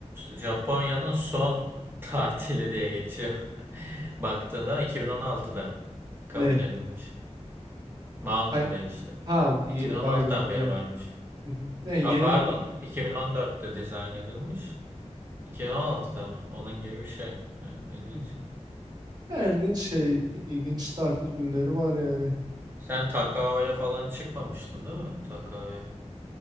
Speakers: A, on the right; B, on the right.
A: Japonya'nın son <laughs> tatili diye geçiyor. <laughs> Baktığın zaman 2016'da kabul
B: Ney?
A: edilmiş. Mountain
B: Hay,
A: Day işte.
B: ha bir
A: 2016'dan
B: dağ günü.
A: beri
B: evet.
A: varmış.
B: Hı hı. Yani
A: Ha
B: yeni.
A: pardon 2014'te dizayn edilmiş. 2016'da mı? Onun gibi bir şey. Evet, ilginç.
B: Hı. Ya ilginç şey, ilginç tatil günleri var yani.
A: Sen Takao'ya falan çıkmamıştın değil mi? Takao'ya.